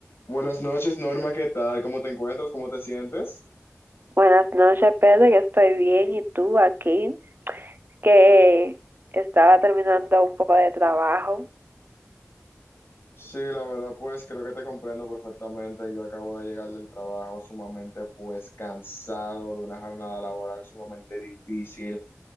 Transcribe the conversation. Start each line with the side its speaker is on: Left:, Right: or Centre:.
Left: Buenas noches, Norma, ¿qué tal? ¿Cómo te encuentras? ¿Cómo te sientes?
Right: Buenas noches, Pedro. Yo estoy bien. ¿Y tú, aquí? Que estaba terminando un poco de trabajo.
Left: Sí, la verdad, pues creo que te comprendo perfectamente. Yo acabo de llegar del trabajo sumamente, pues, cansado de una jornada laboral sumamente difícil.